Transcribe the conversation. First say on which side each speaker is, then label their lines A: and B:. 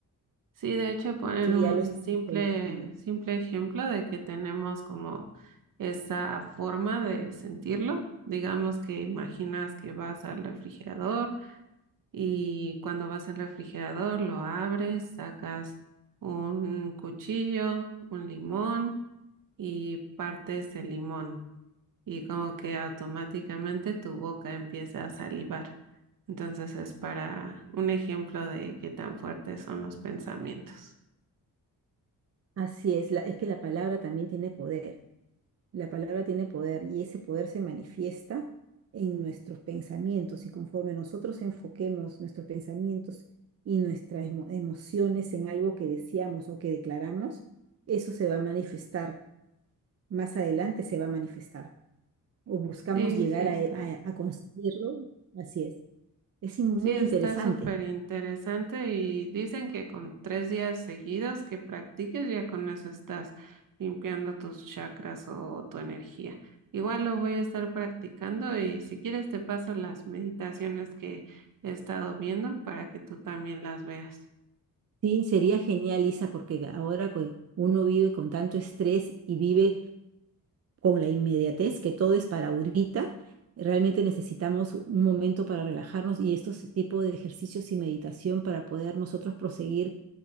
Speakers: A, on the right (about 65°); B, on the right (about 45°).
A: Sí, de hecho ponen
B: tú ya
A: un
B: lo estás
A: simple,
B: visualizando.
A: simple ejemplo de que tenemos como esa forma de sentirlo. Digamos que imaginas que vas al refrigerador y cuando vas al refrigerador lo abres, sacas un cuchillo, un limón y partes el limón y como que automáticamente tu boca empieza a salivar. Entonces es para un ejemplo de qué tan fuertes son los pensamientos.
B: Así es, la- es que la palabra también tiene poder. La palabra tiene poder y ese poder se manifiesta en nuestros pensamientos y conforme nosotros enfoquemos nuestros pensamientos y nuestras emo- emociones en algo que deseamos o que declaramos, eso se va a manifestar. Más adelante se va a manifestar o buscamos
A: Sí,
B: llegar
A: sí está.
B: a, e- a- a conseguirlo. Así es. Es in- muy
A: Sí, está
B: interesante.
A: súper interesante y dicen que con tres días seguidos que practiques, ya con eso estás limpiando tus chakras o tu energía. Igual lo voy a estar practicando y si quieres te paso las meditaciones que he estado viendo para que tú también las veas.
B: Sí, sería genial, Isa, porque ahora cu- uno vive con tanto estrés y vive con la inmediatez, que todo es para ahorita. Realmente necesitamos un momento para relajarnos y estos tipos de ejercicios y meditación para poder nosotros proseguir